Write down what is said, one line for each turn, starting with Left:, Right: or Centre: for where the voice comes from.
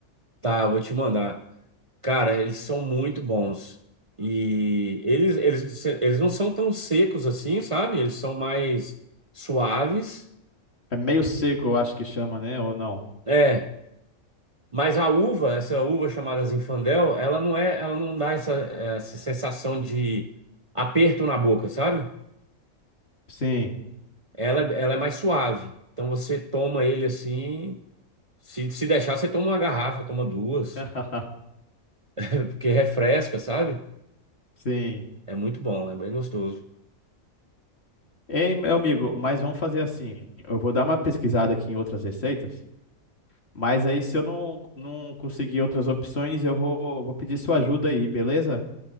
Right: Tá, eu vou te mandar. Cara, eles são muito bons. E eles, eles, eles não são tão secos assim, sabe? Eles são mais suaves.
Left: É meio seco, eu acho que chama, né? Ou não?
Right: É, mas a uva, essa uva chamada Zinfandel, ela não é, ela não dá essa, essa sensação de aperto na boca, sabe?
Left: Sim.
Right: Ela, ela é mais suave. Então você toma ele assim, se, se deixar, você toma uma garrafa, toma duas,
Left: <laughs>
Right: <laughs> porque refresca, sabe?
Left: Sim.
Right: É muito bom, é bem gostoso.
Left: Ei, meu amigo, mas vamos fazer assim. Eu vou dar uma pesquisada aqui em outras receitas, mas aí se eu não, não conseguir outras opções, eu vou, vou pedir sua ajuda aí, beleza?